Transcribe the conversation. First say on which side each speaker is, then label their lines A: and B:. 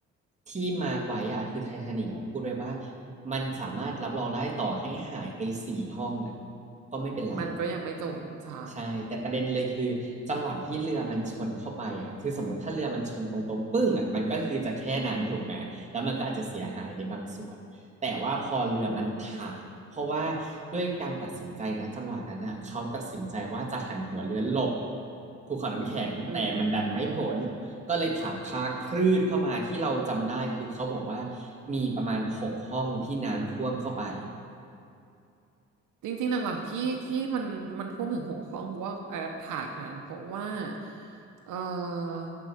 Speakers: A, on the right; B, on the right.
A: ที่มาร์คไว้อะคือไททานิกอะพูดไว้ว่ามันสามารถรับรองได้ต่อให้หายไปสี่ห้องอะก็ไม่เป็นไร
B: มันก็ยังไม่จมใช่
A: ใช่แต่ประเด็นเลยคือจังหวะที่เรือมันชนเข้าไปอ่ะคือสมมติถ้าเรือมันชนตรงๆปึ้งอ่ะมันก็คือจะแค่นั้นถูกไหมแล้วมันก็อาจจะเสียหายในบางส่วนแต่ว่าพอเรือมันถากอะเพราะว่าด้วยการตัดสินใจนะจังหวะนั้นอ่ะเขาตัดสินใจว่าจะหันหัวเรือหลบภูเขาน้ำแข็งแต่มันดันไม่พ้น
B: อืม
A: ก็เลยถากค้างคลืดเข้ามาที่เราจำได้คือเขาบอกว่ามีประมาณหกห้องที่น้ำท่วมเข้าไป
B: จริงๆหลักๆที่ที่มันมันท่วมถึงหกห้องเพราะว่าแอปถากค่ะเพราะว่าเออ